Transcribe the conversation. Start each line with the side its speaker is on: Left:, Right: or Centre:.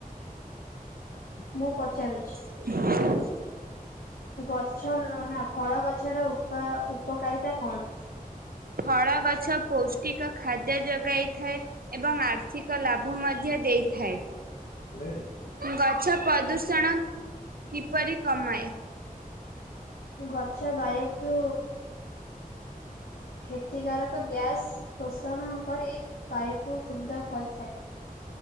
Left: ମୁଁ ପଚାରୁଛି
Right: <inaudible>
Left: ଗଛ ଲ ନା ଫଳ ଗଛର ଉପା-ଉପକାରିତା କଣ?
Right: ଫଳ ଗଛ ପୌଷ୍ଟିକ ଖାଦ୍ୟ ଯୋଗାଇଥାଏ। ଏବଂ ଆର୍ଥିକ ଲାଭ ମଧ୍ୟ ଦେଇଥାଏ।
Left: <unintelligible>
Right: ଗଛ ପ୍ରଦୂଷଣ କିପରି କମାଏ?
Left: ଗଛ ବାୟୁକୁୁ କ୍ଷତିକାରକ ଗ୍ୟାସ୍ ଶୋଷଣ କରି ବାୟୁକୁୁ ଶୁବ୍ଧ କରିଥାଏ